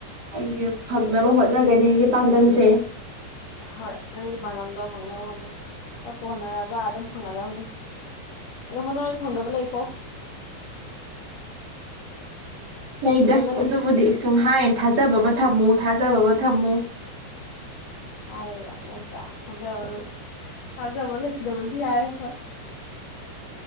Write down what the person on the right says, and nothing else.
ꯑꯩꯒꯤ ꯐꯪꯅꯕ ꯍꯣꯠꯅꯒꯅꯤ ꯑꯩꯒꯤ ꯄꯥꯟꯗꯝꯁꯦ
ꯂꯩꯗ
ꯑꯗꯨꯕꯨꯗꯤ ꯁꯨꯝ ꯍꯥꯏ ꯊꯥꯖꯕ ꯑꯃ ꯊꯝꯃꯨ ꯊꯥꯖꯕ ꯑꯃ ꯊꯝꯃꯨ